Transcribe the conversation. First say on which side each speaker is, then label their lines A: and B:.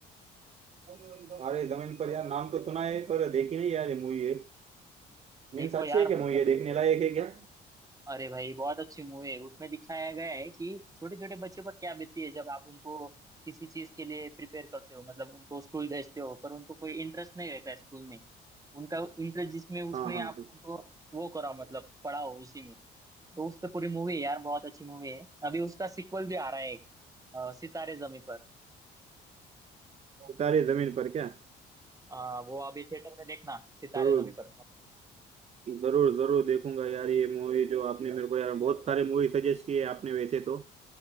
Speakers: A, on the right; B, on the right.
A: अरे जमीन पर यार नाम तो सुना है पर देखी नहीं यार ये मूवी है
B: देखो
A: मीन्स अच्छी
B: यार
A: है क्या
B: मतलब
A: मूवी है देखने लायक है क्या
B: अरे भाई बहुत अच्छी मूवी है उसमें दिखाया गया है कि छोटे छोटे बच्चों पर क्या बीतती है जब आप उनको किसी चीज के लिए प्रिपेयर करते हो मतलब उनको स्कूल भेजते हो पर उनको कोई इंटरेस्ट नहीं रहता है स्कूल में उनका इंटरेस्ट जिसमें उसमें
A: हाँ हाँ
B: आप
A: हाँ
B: उनको वो कराओ मतलब पढ़ाओ उसी में तो उस पर पूरी मूवी है यार बहुत अच्छी मूवी है अभी उसका सिक्वल भी आ रहा है एक, अ, सितारे जमीन पर
A: तारे जमीन पर क्या
B: आ, वो अभी थिएटर में देखना सितारे
A: जरूर
B: जमी पर
A: जरूर जरूर देखूंगा यार ये मूवी जो आपने मेरे को यार बहुत सारे मूवी सजेस्ट किए आपने वैसे तो